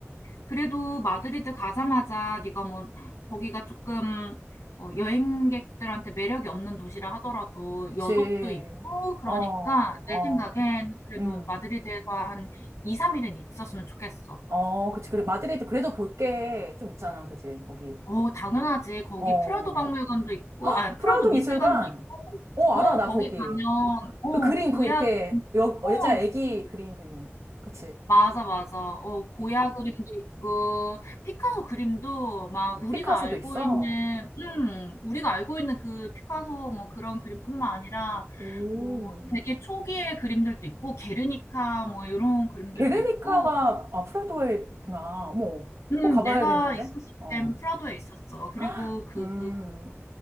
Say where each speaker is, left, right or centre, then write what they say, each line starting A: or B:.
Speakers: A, on the left; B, on the right.
A: 그래도 마드리드 가자마자 네가 뭐 거기가 조금 어, 여행객들한테 매력이 없는 도시라 하더라도
B: 그치.
A: 여독도 있고 그러니까
B: 어, 어,
A: 내 생각엔 그래도
B: 음,
A: 마드리드에서 한 2, 3일은 있었으면 좋겠어.
B: 어, 그치. 그래, 마드리드 그래도 볼 게 좀 있잖아. 그치. 거기.
A: 어, 당연하지. 거기
B: 어,
A: 프라도 박물관도 있고, 아,
B: 프라우드
A: 프라도 미술관도
B: 미술관.
A: 있고,
B: 어,
A: 어,
B: 알아, 나
A: 거기
B: 거기.
A: 가면, 어,
B: 그 그림,
A: 고야,
B: 그 이렇게, 여, 여자
A: 어,
B: 애기 그림, 그림. 그치.
A: 맞아, 맞아. 어 고야 그림도 있고 피카소 그림도 막 우리가
B: 피카소도
A: 알고
B: 있어.
A: 있는 음 우리가 알고 있는 그 피카소 뭐 그런 그림뿐만 아니라
B: 오.
A: 뭐 되게 초기의 그림들도 있고 게르니카 뭐 이런 그림들도
B: 게르니카가,
A: 있고
B: 아, 프라도에 있구나. 어머,
A: 음
B: 뭐 가봐야겠는데?
A: 내가 있었을
B: 어.
A: 땐 프라도에 있었어. 그리고
B: <gasps>
A: 그
B: 음,